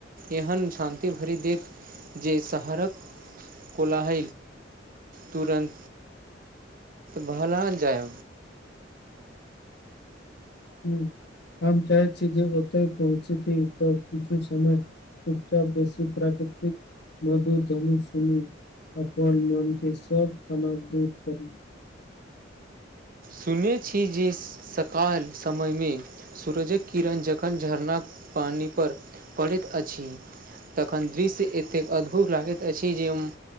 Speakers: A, on the right; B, on the left.
A: एहन शान्ति भरि देव जे शहरक कोलाह तुरन् भलान जाय
B: हूँ हम चाह छी जे ओतय पहुँची तऽ कीजो सम चुपचाप बेसी प्राकृतिक मधुर धनी सुन अपन मोनके सब तनाव दूर कर
A: सुनैत छी जे सकाल समयम सूरजक किरण जखन झरनाक पानी पर पड़ैतअछि तखन दृश्य एतेक अद्भुत लागैत अछि जे हम